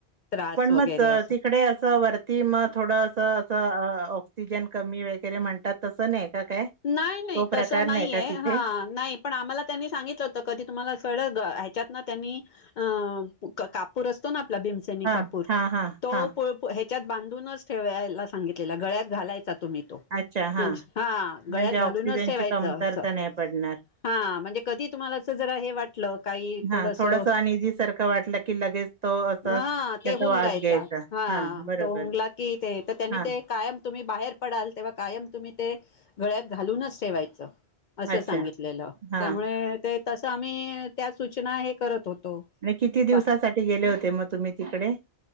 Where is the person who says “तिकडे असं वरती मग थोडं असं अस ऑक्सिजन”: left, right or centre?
Right